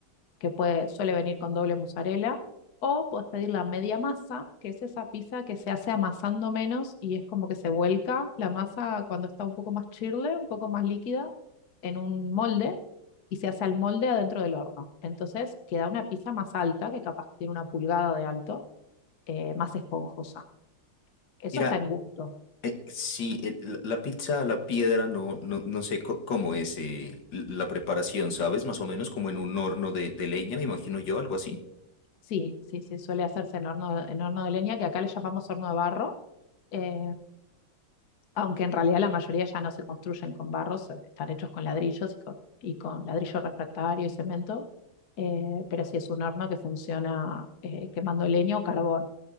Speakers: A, on the left; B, on the left.
A: que puede, suele venir con doble mozzarella, o podés pedir la media masa, que es esa pizza que se hace amasando menos y es como que se vuelca la masa cuando está un poco más chirle, un poco más líquida en un molde y se hace al molde adentro del horno. Entonces queda una pizza más alta, que capaz tiene una pulgada de alto, eh, más esponjosa. Eso
B: Mira,
A: está en gusto.
B: eh, sí, eh, la, la pizza a la piedra no, no, no sé co- cómo es eh, l- la preparación, ¿sabes? Más o menos como en un horno de, de leña, me imagino yo, algo así.
A: Sí, sí, sí, suele hacerse en horno de, en horno de leña, que acá le llamamos horno de barro, eh, aunque en realidad la mayoría ya no se construyen con barro, se- están hechos con ladrillos y con, y con ladrillo refractario y cemento, eh, pero sí es un horno que funciona eh, quemando leña o carbón.